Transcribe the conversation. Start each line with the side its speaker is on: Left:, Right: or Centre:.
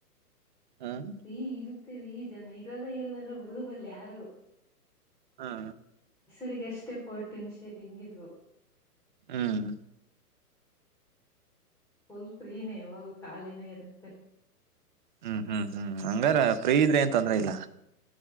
Right: ಹ್ಮ್
Centre: ಫ್ರೀ ಇರುತ್ತೆ ರೀ ಜನ ಇರೋದೇ ಇಲ್ಲದ ರೂಮಲ್ಲಿ ಯಾರು
Right: ಹಾ
Centre: ರಿಗೆ ಎಷ್ಟೇ ಫೋರ್ಟೀನ್ ಶೇರಿಂಗ್ದ್ವೋ
Right: ಹೂಂ
Centre: ಫುಲ್ ಫ್ರೀನೇ ಯಾವಾಗು ಖಾಲಿನೇ ಇರುತ್ತೆ.
Right: ಹ್ಮ್ ಹ್ಮ್ಮ್ ಹಂಗಾರ ಫ್ರೀ ಇದ್ರೇನ್ ತೊಂದ್ರೆ ಇಲ್ಲ.